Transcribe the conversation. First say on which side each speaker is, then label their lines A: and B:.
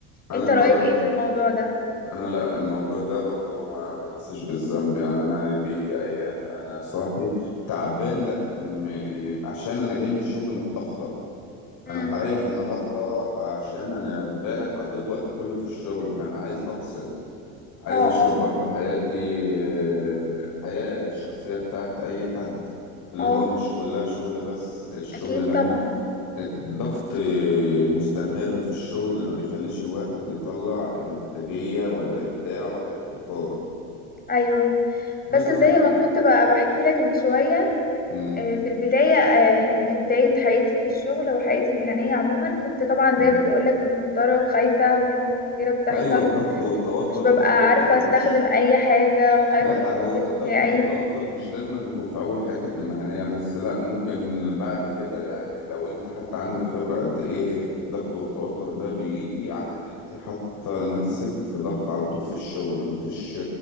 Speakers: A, on the left (about 50°); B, on the left (about 20°).
A: انا
B: انت
A: القرار
B: رأيك ايه في الموضوع ده
A: انا لا الموضوع ده برضو ما بحسش بالذنب يعني انا بيجي ايام انا صاحي تعبان لا م... عشان انا جاي من الشغل متاخر فانا
B: امم
A: هريح النهارده عشان انا امبارح قضيت وقت كله في الشغل فانا عايز افصل عايز
B: اه
A: اشوف
B: اه
A: برضه حياتي ال- الحياة الشخصية بتاعت اي حد اللي
B: اه
A: هو مش كلها شغل بس الشغل
B: اكيد
A: ده
B: طبعا
A: م- ضغط مستمر في الشغل ما بيخليش الواحد يطلع انتاجية ولا ابداع ولا ابتكار
B: ايوه
A: مثلا
B: بس زي ما
A: أ-
B: كنت بقى بحكي لك من شوية
A: م-
B: آه، في البداية آه، يعني في بداية حياتي في الشغل وحياتي المهنية عموما كنت طبعا
A: م.
B: زي ما بقولك متوترة وخايفة وفي مواقف كتيرة بتحصل
A: ايوه الضغط والتوتر
B: مش ببقى
A: ده بيبقى
B: عارفة
A: وحش
B: استخدم اي حاجة وخايفة
A: لا
B: من المدير
A: هو الضغط
B: بتاعي
A: والتوتر مش لازم أن يكون في أول حياتك المهنية بس لا ممكن بعد كده يعني لو أنت حتى عندك خبرة قد إيه الضغط والتوتر ده بيجي عن إن أنت حاطة نفسك في ضغط على طول في الشغل مفيش